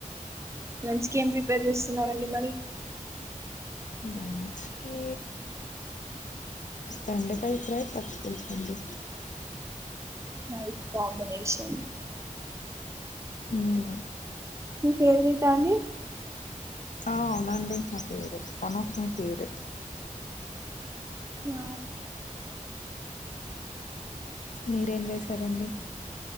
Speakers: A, on the right; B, on the left.
A: లంచ్ కి ఏం ప్రిపేర్ చేస్తున్నారండి మరి
B: లంచ్ కి బెండకాయ ఫ్రై పచ్చి పులుసు అండి
A: నైస్ కాంబినేషన్
B: ఉమ్
A: మీ ఫేవరెట్ ఆ అండి
B: ఆ అవునండి నా favourite one of my favourite
A: ఆ
B: మీరేం చేసారండి